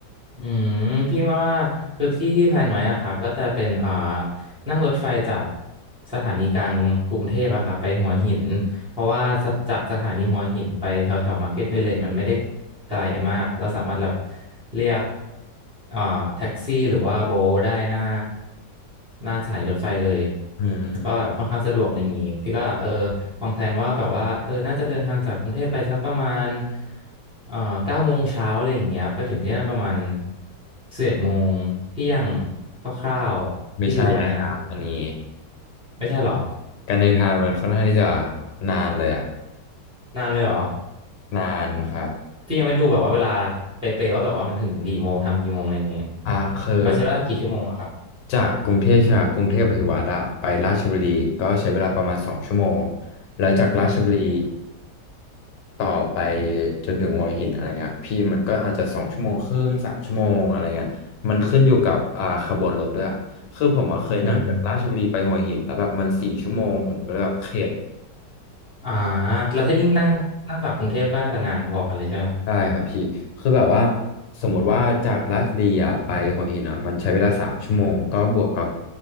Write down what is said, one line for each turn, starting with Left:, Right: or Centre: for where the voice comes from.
Centre: อืมพี่ว่าคือที่ที่แพลนไว้อะครับก็จะเป็นเอ่อนั่งรถไฟจากสถานีกลางกรุงเทพอะครับไปหัวหินเพราะว่าสจากสถานีหัวหินไปแถวแถวมาร์เก็ตวิลเลจมันไม่ได้ไกลมากเราสามารถแบบเรียกเอ่อแท็กซี่หรือว่าโบทได้หน้าหน้าสถานีรถไฟเลย
Left: อืม
Centre: แล้วก็แบบค่อนข้างสะดวกอะไรอย่างงี้พี่ก็เออ วางแผนว่าแบบว่าเออน่าจะเดินทางจากกรุงเทพไปสักประมาณเอ่อเก้าโมงเช้าอะไรอย่างเงี้ยไปถึงที่นั่นประมาณสิบเอ็ดโมงเที่ยงคร่าวๆที่ดูไว้อะนะ
Left: ไม่ใช่นะครับอันนี้
Centre: ไม่ใช่เหรอ
Left: การเดินทางมันค่อนข้างที่จะนานเลยอะ
Centre: นานเลยเหรอ
Left: นานนะครับ
Centre: พี่ยังไม่รู้แบบว่าเวลาเป๊ะๆว่าแบบว่ามันถึงกี่โมงทำกี่โมงอะไรอย่างเงี้ย
Left: อ่าคือ
Centre: มันใช้เวลากี่ชั่วโมงอะครับ
Left: จากกรุงเทพใช่ไหมครับกรุงเทพอภิวัฒ์อะไปราชบุรีก็ใช้เวลาประมาณสองชั่วโมงแล้วจากราชบุรีต่อไปจนถึงหัวหินอะไรเงี้ยพี่มันก็อาจจะสองชั่วโมงครึ่งสามชั่วโมงอะไรเงี้ยมันขึ้นอยู่กับอ่าขบวนรถด้วยอะคือผมอะเคยนั่งจากราชบุรีไปหัวหินแล้วแบบมันสี่ชั่วโมงผมก็เลยแบบเข็ด
Centre: อืมอ่าแล้วถ้ายิ่งนั่งนั่งจากกรุงเทพก็น่าจะนานพอกันเลยใช่ไหม
Left: ใช่ครับพี่คือแบบว่าสมมติว่าจากลาดบุรีอะไปหัวหินอ่ะมันใช้เวลาสามชั่วโมงก็บวกกับ